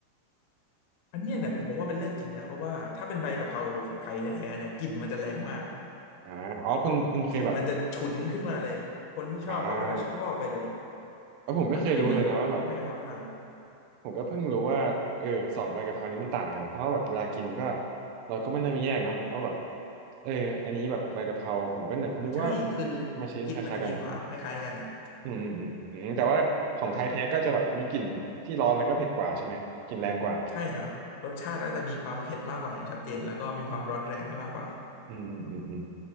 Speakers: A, on the left (about 80°); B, on the right (about 85°).
A: อันเนี้ยเนี่ยผมผมว่าเป็นเรื่องจริงนะเพราะว่าถ้าเป็นใบกะเพราของไทยแท้ๆเนี่ยกลิ่นมันจะแรงมาก
B: อ่าอ๋อคุณคุณเคยแบบ
A: กลิ่นมันจะฉุนขึ้นมาเลยคนที่ชอบเขาก็จะชอบไปเลย
B: อ่าเออผมไม่เคยรู้เลยนะว่าแบบ
A: มันจะไม่เหมือนแบบพวกใบกะเพราฝรั่ง
B: ผมก็เพิ่งรู้ว่าเออสองใบกะเพรานี้มันต่างกันเพราะแบบเวลากินก็เราก็ไม่ได้มาแยกเนาะว่าแบบเอออันนี้แบบใบกะเพราผมก็แบบนึกว่า
A: อ่าใช่คือ
B: มาชิมคล้ายๆกัน
A: กลิ่นมันจะมีความคล้ายๆกันเนี่ย
B: อืมอืมอืมอืมแต่ว่าของไทยแท้ก็จะแบบมีกลิ่นที่ร้อนแล้วก็เผ็ดกว่าใช่ไหมกลิ่นแรงกว่า
A: ใช่ครับรสชาติก็จะมีความเผ็ดมากกว่าอย่างชัดเจนแล้วก็มีความร้อนแรงที่มากกว่า
B: อืมอืมอืม